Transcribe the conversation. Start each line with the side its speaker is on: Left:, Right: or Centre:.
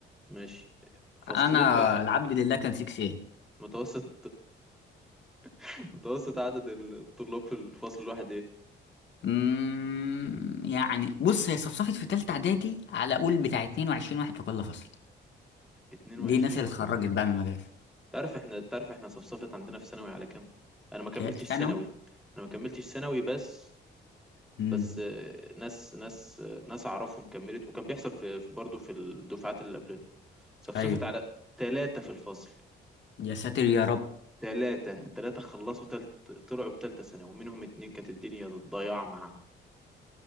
Centre: ماشي فصلين
Left: أنا
Centre: بقى
Left: العبد لله كان 6A
Centre: متوسط <laughs> متوسط عدد الطلاب في الفصل الواحد ايه
Left: مم، يعني بص هي صفصفت في تالتة إعدادي على قول بتاع 22 واحد في كل فصل
Centre: 22
Left: دي الناس اللي
Centre: واحد
Left: اتخرجت بقى من المدرسة
Centre: تعرف احنا تعرف احنا صفصفت عندنا في ثانوي على كام انا ما كملتش
Left: ك- ثانوي
Centre: ثانوي انا ما كملتش ثانوي بس
Left: امم
Centre: بس آه، ناس ناس آه، ناس اعرفهم كملت وكان بيحصل في في- برضه في الدفعات اللي قبلنا صفصفت
Left: ايوه
Centre: على ثلاثة في الفصل
Left: يا ساتر يا رب
Centre: ثلاثة ثلاثة خلصوا تلت طلعوا بتالتة سنة ومنهم اتنين كانت الدنيا ضياع معاهم